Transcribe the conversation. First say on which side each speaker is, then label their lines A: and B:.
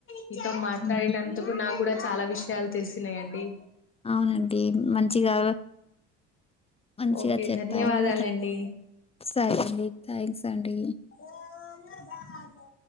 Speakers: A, on the left (about 35°); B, on the left (about 15°).
A: మీతో మాట్లాడినంత
B: ఉమ్,
A: ఇప్పుడు నా కూడా చాలా విషయాలు తెలిసినాయండి.
B: అవునండి మంచిగా మంచిగా
A: ఓకే
B: చెప్పారు
A: ధన్యవాదాలండి
B: సరే అండి థ్యాంక్స్ అండి
A: అనా బాగా